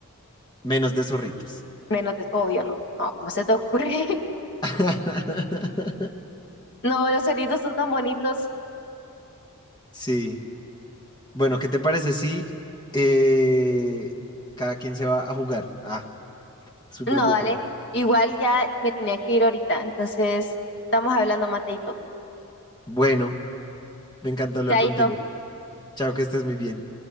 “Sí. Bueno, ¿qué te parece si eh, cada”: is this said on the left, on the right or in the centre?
Left